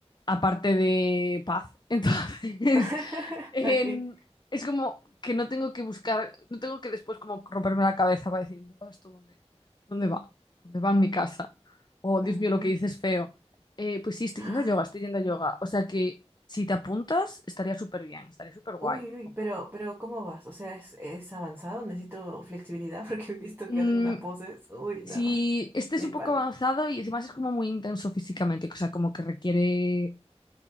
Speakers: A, on the left; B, on the right.
A: aparte de paz. Entonces,
B: <laughs>
A: <laughs> en-
B: Ok.
A: es como que no tengo que buscar, no tengo que después como romperme la cabeza para decir, "¿Todo ¿esto dónde, dónde va? ¿Dónde va en mi casa? Oh, Dios
B: Ujú.
A: mío, lo que dices es feo. Eh, pues sí, estoy
B: Ah,
A: yendo a yoga, estoy yendo a yoga. O sea que si te apuntas, estaría súper bien, estaría súper guay
B: Uy, uy,
A: acompañar.
B: uy, pero, pero ¿cómo vas? O sea, ¿es, es avanzado? Necesito flexibilidad <laughs> porque he visto
A: Mm,
B: que hacen unas poses. Uy,
A: si
B: no. <laughs>
A: este
B: Mi
A: es un
B: espalda.
A: poco avanzado y además es como muy intenso físicamente, o sea, como que requiere